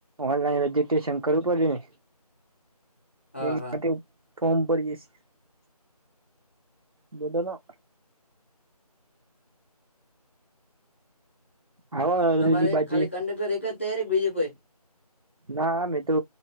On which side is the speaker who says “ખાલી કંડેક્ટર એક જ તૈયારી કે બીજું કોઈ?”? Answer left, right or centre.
Left